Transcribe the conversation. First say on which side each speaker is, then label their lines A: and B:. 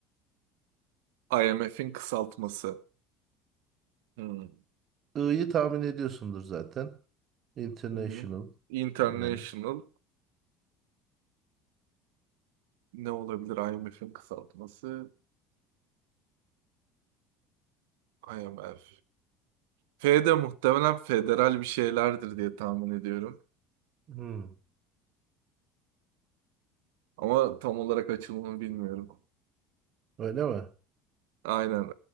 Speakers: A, on the right; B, on the right.
A: IMF'in kısaltması. Hı.
B: I'yı tahmin ediyorsundur zaten. International
A: Hı hı. International
B: yani.
A: ne olabilir IMF'in kısaltması? IMF. F F de muhtemelen federal bir şeylerdir diye tahmin ediyorum.
B: Hmm,
A: Ama tam olarak açılımını bilmiyorum.
B: öyle mi?
A: Aynen.